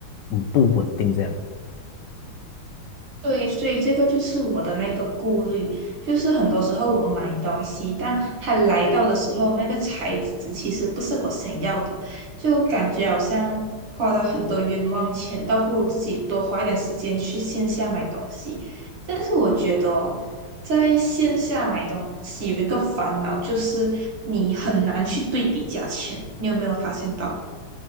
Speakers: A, on the left; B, on the right.
A: 嗯不稳定这样。
B: 对，所以这个就是我的那个顾虑，就是很多时候我买东西，但它来到的时候，那个材质其实不是我想要，就感觉好像花了很多冤枉钱，倒不如自己多花一点时间去线下买东西。但是我觉得哦，在线下买东西有一个烦恼，就是你很难去对比价钱，你有没有发现到？